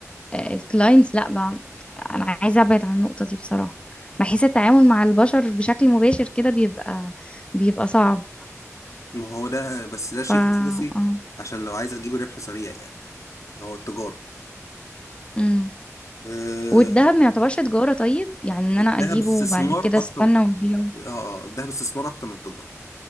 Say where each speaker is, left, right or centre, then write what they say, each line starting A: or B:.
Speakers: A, on the left; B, on the left.
A: الكلاينتس لا بقى أنا عايزة أبعد عن النقطة دي بصراحة بحس التعامل مع البشر بشكل مباشر كده بيبقى بيبقى صعب
B: ما هو ده بس ده شيء
A: ف
B: اساسي
A: اه
B: عشان لو عايزه تجيبي ربح سريع يعني هو التجاره
A: امم
B: آه،
A: والدهب ما يعتبرش تجارة طيب يعني ان
B: الذهب
A: انا اجيبه
B: استثمار
A: وبعد كده
B: اكتر
A: استنى وابيعه
B: اه آه، الذهب استثمار اكتر من التجاره